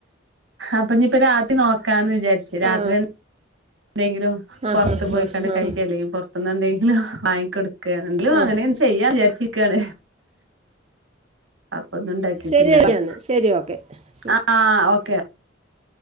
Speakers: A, on the right; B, on the right.
A: അപ്പൊ ഞ്ഞിപ്പൊ രാ ത്രി നോക്കാന്ന് വിചാര്ച്ചു രാത്രിയെൻ
B: ആ
A: ന്തെങ്കിലും
B: ആ
A: പുറത്ത്
B: ഹാ
A: പോയിക്കാണ്ട്
B: ഹാ ഹാ
A: കഴിക്ക അല്ലെങ്കിൽ പുറത്ത്ന്ന് എന്തെങ്കിലും വാങ്ങിക്കൊടു ക്കാണെങ്കിലു
B: ആ
A: അങ്ങനെൻ ചെയ്യചാരിച്ചിക്കാണ് അപ്പൊൊന്നും ഉണ്ടാക്കിട്ടില്ലന്ന്
B: ശരി എന്നാ ശരി ഓക്കെ ശരി
A: ആഹ് ഓക്കെ